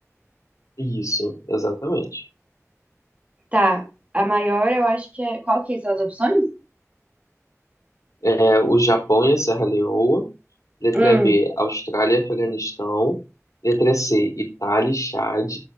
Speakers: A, on the left (about 85°); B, on the right (about 25°).
A: Isso, exatamente.
B: Tá. A maior eu acho que é. Qual que são as opções?
A: É, o Japão e a Serra Leoa. Letra
B: Hum,
A: B, Austrália e Afeganistão. Letra C, Itália e Chad.